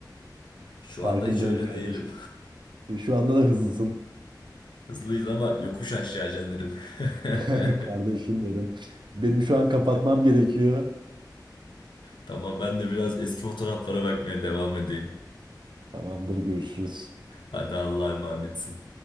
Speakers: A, on the left (about 80°); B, on the right (about 80°).
A: Şu
B: Farkındayım
A: anda hiç öyle
B: kardeşim.
A: değilim.
B: Şu anda da hızlısın.
A: <laughs> Hızlıyız ama yokuş aşağı canlarım. <laughs>
B: <laughs> Kardeşim benim. Benim şu an kapatmam gerekiyor.
A: Tamam ben de biraz eski fotoğraflara bakmaya devam edeyim.
B: Tamamdır, görüşürüz.
A: Hadi Allah'a emanetsin.